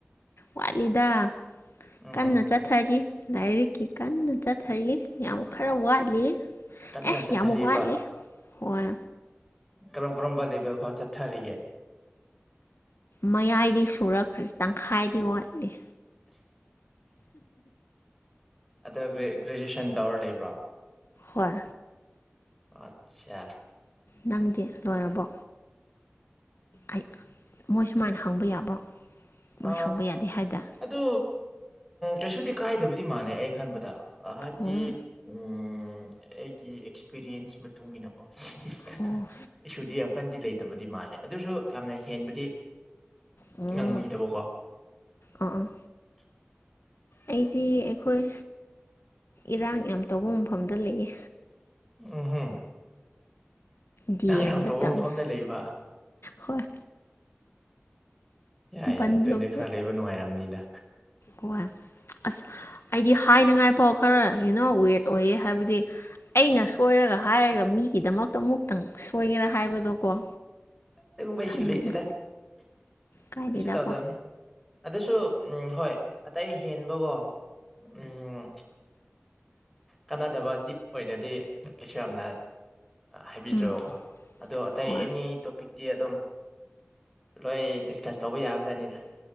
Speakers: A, on the left (about 70°); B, in the centre.
A: ꯋꯥꯠꯂꯤꯗ
B: ꯎꯝꯍꯨꯝ
A: ꯀꯟꯅ ꯆꯠ ꯊꯔꯤ ꯂꯥꯏꯔꯤꯛꯀꯤ ꯀꯟꯅ ꯆꯠꯊꯔꯤ ꯌꯥꯝ ꯈꯔ ꯋꯥꯠꯂꯤ
B: ꯀꯟꯅ
A: ꯑꯦ
B: ꯆꯠꯊꯔꯤꯕ
A: ꯌꯥꯝ ꯋꯥꯠꯂꯤ ꯍꯣꯏ
B: ꯀꯔꯝ ꯀꯔꯝꯕ ꯂꯦꯚꯦꯜ ꯐꯥꯎ ꯆꯠꯊꯔꯤꯒꯦ
A: ꯃꯌꯥꯏꯗꯤ ꯁꯨꯔꯛꯈ꯭ꯔꯦ ꯇꯪꯈꯥꯏꯗꯤ ꯋꯥꯠꯂꯤ
B: ꯑꯗ ꯒ꯭ꯔꯦꯖꯨꯑꯌꯦꯁꯟ ꯇꯧꯔ ꯂꯩꯕ꯭ꯔꯣ
A: ꯍꯣꯏ
B: ꯑꯆꯥ
A: ꯅꯪꯗꯤ ꯂꯣꯏꯔꯕꯣ ꯑꯩ ꯃꯣꯏ ꯁꯨꯃꯥꯏꯅ ꯍꯪꯕ ꯌꯥꯕ꯭ꯔꯣ ꯃꯣꯏ
B: ꯑ
A: ꯍꯪꯕ ꯌꯥꯗꯦ ꯍꯥꯏꯗꯥꯏ
B: ꯑꯗꯨ ꯀꯩꯁꯨꯗꯤ ꯀꯥꯏꯗꯕꯗꯤ ꯃꯥꯜꯂꯦ ꯑꯩ ꯈꯟꯕꯗ ꯍꯥꯏꯕꯗꯤ
A: ꯑꯣ
B: ꯎꯝ ꯑꯩꯒꯤ ꯑꯦꯛꯁꯄꯤꯔꯤꯌꯦꯟꯁ ꯃꯇꯨꯡ ꯏꯟꯅꯀꯣ ꯁꯤꯁ
A: ꯑꯣ
B: ꯏꯁꯨꯗꯤ ꯌꯥꯝ ꯀꯟꯗꯤ ꯂꯩꯇꯕꯗꯤ ꯃꯥꯜꯂꯦ ꯑꯗꯨꯁꯨ ꯌꯥꯝꯅ ꯍꯦꯟꯕꯗꯤ
A: ꯎꯝ
B: ꯍꯪꯕꯤꯗꯕꯀꯣ
A: ꯑꯥ ꯑꯥ ꯑꯩꯗꯤ ꯑꯩꯈꯣꯏ ꯏꯔꯥꯡ ꯌꯥꯝ ꯇꯧꯕ ꯃꯐꯝꯗ ꯂꯩꯌꯦ
B: ꯎ ꯍꯝ
A: ꯗꯤ ꯑꯦꯝꯗ
B: ꯌꯥꯝ ꯇꯧꯕ
A: ꯇꯝꯃꯦ
B: ꯃꯐꯝꯗ ꯂꯩꯕ
A: ꯍꯣꯏ
B: ꯌꯥꯏ
A: ꯕꯟ
B: ꯌꯥꯏ ꯑꯗꯨꯅꯦ
A: ꯕ꯭ꯂꯣꯀꯦꯠ
B: ꯈꯔ ꯂꯩꯕ ꯅꯨꯡꯉꯥꯏꯔꯝꯅꯤꯗ
A: ꯍꯣꯏ ꯑꯁ ꯑꯩꯗꯤ ꯍꯥꯏꯅꯤꯉꯥꯏꯐꯥꯎ ꯈꯔ ꯌꯨꯅꯣ ꯋꯤꯌꯠ ꯑꯣꯏꯌꯦ ꯍꯥꯏꯕꯗꯤ ꯑꯩꯅ ꯁꯣꯏꯔꯒ ꯍꯥꯏꯔꯒ ꯃꯤꯒꯤꯗꯃꯛꯇ ꯑꯃꯨꯛꯇꯪ ꯁꯣꯏꯒꯦꯔꯥ ꯍꯥꯏꯕꯗꯣꯀꯣ
B: ꯑꯗꯨꯒꯨꯝꯕ
A: ꯈꯟꯕꯤꯅꯨ
B: ꯏꯁꯨ ꯂꯩꯇꯦꯗ
A: ꯀꯥꯏꯗꯦꯗꯀꯣ
B: ꯀꯩꯁꯨ ꯇꯧꯗꯕꯅꯤ ꯑꯗꯨꯁꯨ ꯍꯣꯏ ꯑꯇꯩ ꯍꯦꯟꯕꯀꯣ ꯎꯝ ꯀꯥꯟꯅꯗꯕ ꯗꯤꯞ ꯑꯣꯏꯅꯗꯤ ꯀꯩꯁꯨ ꯌꯥꯝꯅ ꯍꯥꯏꯕꯤꯗ꯭ꯔꯕꯀꯣ
A: ꯎꯝ
B: ꯑꯗꯣ ꯑꯇꯩ
A: ꯍꯣꯏ
B: ꯑꯦꯅꯤ ꯇꯣꯄꯤꯛ ꯇꯤ ꯑꯗꯨꯝ ꯂꯣꯏ ꯗꯤꯁꯀꯁ ꯇꯧꯕ ꯌꯥꯕꯖꯥꯠꯅꯤꯗ